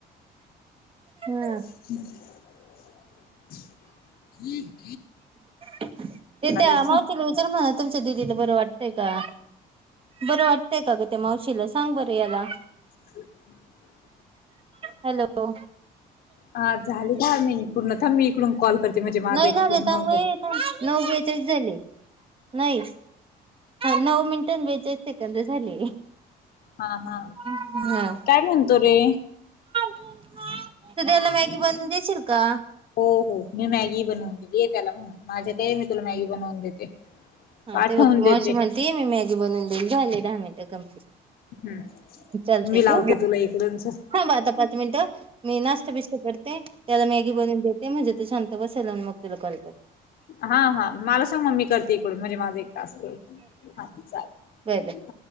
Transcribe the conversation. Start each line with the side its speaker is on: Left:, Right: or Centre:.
Right: हम.
Left: ह.
Right: तेथ
Left: चल.
Right: मावतीला विचार म्हणा तुमच्या दिदीला बरं वाटतंय का? बरं वाटतंय का ग ते मावशीला, सांग बरं याला
Left: ह.
Right: हॅलो.
Left: ह झाली दहा मिनिट पूर्ण मी इकडून कॉल करते म्हणजे माझा
Right: नाही
Left: एक
Right: झाले
Left: पूर्ण
Right: थांब
Left: होतो.
Right: गं थांब नऊ बेचाळीस झाले नाही नऊ मिनिटआणि बेचालीस सेकंद झाले.
Left: हा हा,
Right: हा.
Left: काय म्हणतो रे?
Right: तू त्याला मॅगी बनवून देशील का?
Left: हो हो. मी मॅगी बनवून दिली आहे त्याला, म्हणून माझ्या कडे ये मी तुला मॅगी बनवून देते.
Right: हा
Left: पाठवून
Right: ते बघ ती मावशी
Left: देते
Right: म्हणते मी मॅगी बनून देईन. झाले दहा मिनिट.
Left: हम्म
Right: चालतेय
Left: मी लावते
Right: ठेऊ का?
Left: तुला इकडून च
Right: थांबा आता पाच मिनिटं मी नाष्टा - बिश- त्याला मॅगी बनवून देते, म्हणजे ते शांत बसेल आणि मग तुला कॉल करते.
Left: हा हा मला सांग मग मी करते इकडून म्हणजे माझा एक टास्क होईल. हा चालेल.
Right: बर.
Left: हा.